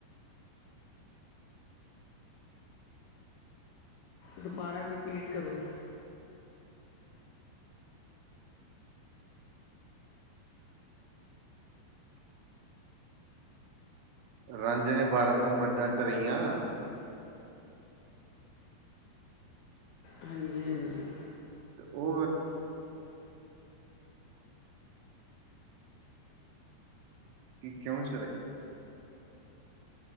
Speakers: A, on the left; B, on the right.
A: ਦੁਬਾਰਾ ਰਿਪੀਟ ਕਰੋ।
B: ਰਾਂਝੇ ਨੇ ਬਾਰਾਂ ਸਾਲ ਮੱਝਾਂ ਚਰਈਆਂ।
A: ਹਾਂਜੀ ਹਾਂਜੀ।
B: ਤੇ ਉਹ ਕੀ ਕਿਉਂ ਚਰਾਈਆਂ।